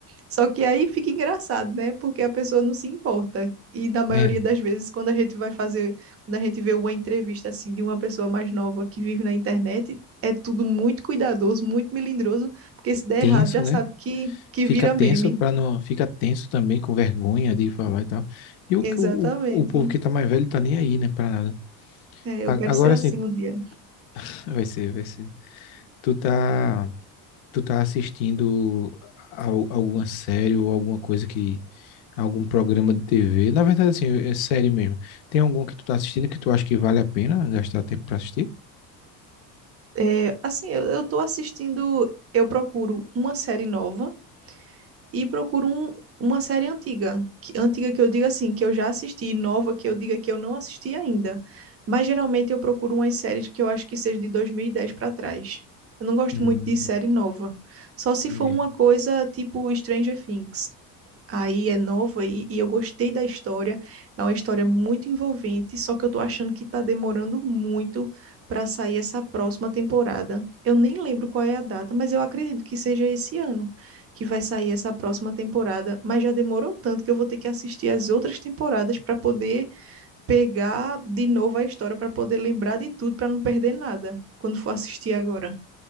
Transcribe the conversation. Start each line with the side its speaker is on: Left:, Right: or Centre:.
Right: Só que aí fica engraçado, né? Porque a pessoa não se importa. E na maioria
Left: É,
Right: das vezes, quando a gente vai fazer, quando a gente vê uma entrevista assim de uma pessoa mais nova que vive na internet, é tudo muito cuidadoso, muito melindroso, porque se der
Left: tenso,
Right: errado já
Left: né?
Right: sabe que, que
Left: Fica
Right: vira
Left: tenso
Right: meme.
Left: para não, fica tenso também com vergonha de falar e tal. E o,
Right: Exatamente.
Left: o, o povo que tá mais velho tá nem aí, né, pra nada.
Right: É, eu
Left: A-
Right: quero
Left: Agora
Right: ser assim
Left: assim
Right: um dia.
Left: <laughs> vai ser, vai ser. Tu tá tu tá assistindo al- alguma série ou alguma coisa que algum programa de TV? Na verdade, assim, é série mesmo. Tem algum que tu tá assistindo que tu acha que vale a pena gastar tempo pra assistir?
Right: É, assim, eu, eu tô assistindo, eu procuro uma série nova e procuro um- uma série antiga. Que, antiga que eu digo assim, que eu já assisti, e nova que eu diga que eu não assisti ainda. Mas geralmente eu procuro umas séries que eu acho que seja de 2010 para trás. Eu não gosto
Left: Hum,
Right: muito de série nova. Só se
Left: entendi.
Right: for uma coisa tipo Stranger Things. Aí é nova e, e eu gostei da história. É uma história muito envolvente, só que eu tô achando que tá demorando muito para sair essa próxima temporada. Eu nem lembro qual é a data, mas eu acredito que seja esse ano que vai sair essa próxima temporada. Mas já demorou tanto que eu vou ter que assistir as outras temporadas para poder pegar de novo a história, para poder lembrar de tudo, para não perder nada quando for assistir agora.